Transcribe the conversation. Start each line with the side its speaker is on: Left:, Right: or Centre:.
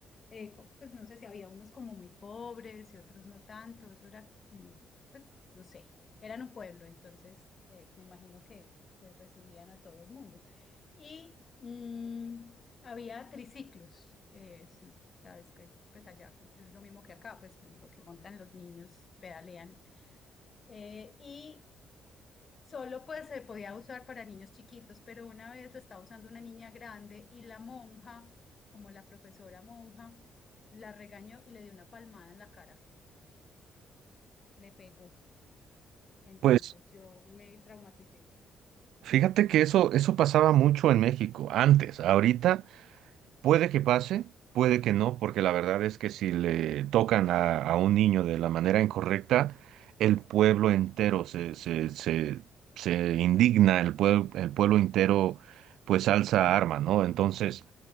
Left: eh, co- pues no sé si había unos como muy pobres y otros no tanto, eso era como, pues no sé, eran un pueblo, entonces eh, me imagino que, que recibían a todo el mundo. Y mm, había triciclos, eh, sí, sabes que pues allá es lo mismo que acá, pues que lo que montan los niños, pedalean eh, y solo pues se podía usar para niños chiquitos, pero una vez lo estaba usando una niña grande y la monja, como la profesora monja, la regañó y le dio una palmada en la cara, le pegó. Entonces
Right: Pues
Left: yo me traumaticé.
Right: Fíjate que eso, eso pasaba mucho en México antes. Ahorita puede que pase, puede que no, porque la verdad es que si le tocan a, a un niño de la manera incorrecta, el pueblo entero se, se, se, se indigna, el pueblo, el pueblo entero pues alza arma, ¿no? Entonces,